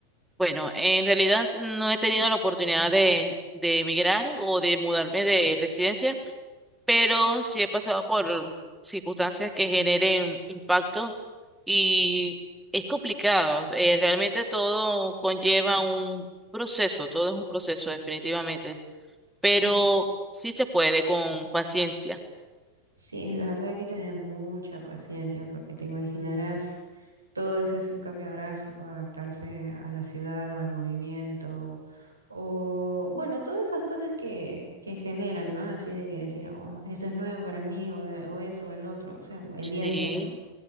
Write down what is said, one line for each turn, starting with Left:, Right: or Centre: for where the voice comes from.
Centre: Bueno, en realidad no he tenido la oportunidad de, de emigrar o de mudarme de residencia, pero sí he pasado por circunstancias que generen impacto y es complicado. Eh, realmente todo conlleva un proceso, todo es un proceso definitivamente, pero
Right: No, O
Centre: sí se puede con paciencia.
Right: sí, la verdad hay que tener mucha paciencia porque te imaginarás, todo eso es un cambio drástico, adaptarse a la ciudad o al movimiento, o bueno, todas esas cosas que, que generan, ¿no? Así de que decir, oh, esto es nuevo para mí, o, e- o eso, o el otro, o sea, el
Centre: Sí,
Right: día a día, ¿no?